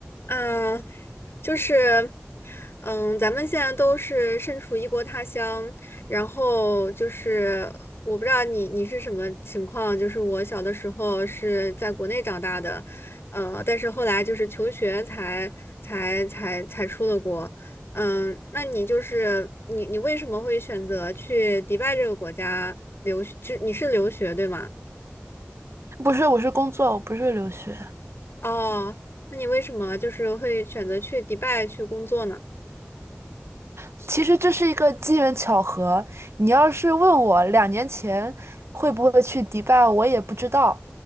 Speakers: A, on the left; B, on the right.
A: 嗯，就是，嗯，咱们现在都是身处异国他乡，然后就是我不知道你你是什么情况，就是我小的时候是在国内长大的，呃，但是后来就是求学才才才才出了国，嗯，那你就是你你为什么会选择去迪拜这个国家留学？就你是留学对吗？
B: 不是，我是工作，我不是留学。
A: 哦，那你为什么就是会选择去迪拜去工作呢？
B: 其实这是一个机缘巧合。你要是问我两年前会不会去迪拜，我也不知道。